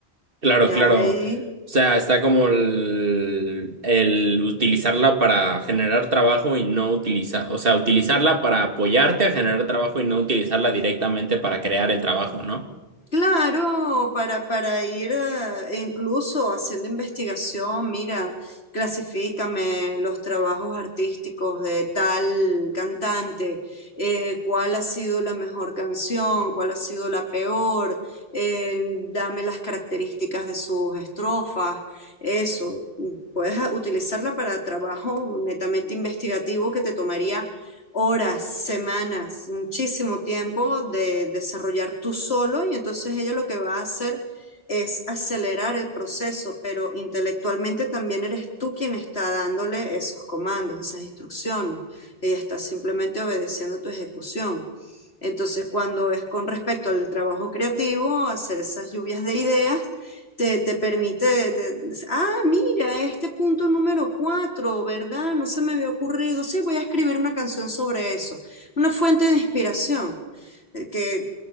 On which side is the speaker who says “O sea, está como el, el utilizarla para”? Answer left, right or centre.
Right